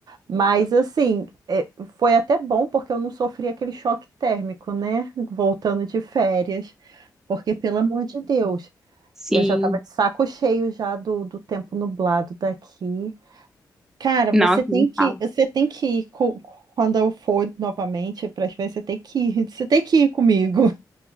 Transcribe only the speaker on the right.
Mas assim, é, foi até bom porque eu não sofri aquele choque térmico, né? Voltando de férias, porque pelo amor de Deus,
eu já tava de saco cheio já do, do tempo nublado daqui. Cara, você
tem
que,
você tem que ir co- quando eu for novamente para as vezes, você tem que ir, você tem que ir comigo.